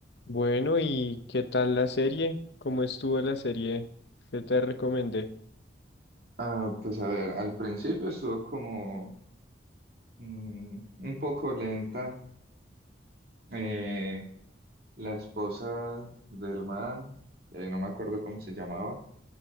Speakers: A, on the left; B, on the right.
A: Bueno, ¿y qué tal la serie? ¿Cómo estuvo la serie que te recomendé?
B: Ah, pues a ver, al principio estuvo como mm, un poco lenta. Eh, la esposa del man, eh, no me acuerdo cómo se llamaba,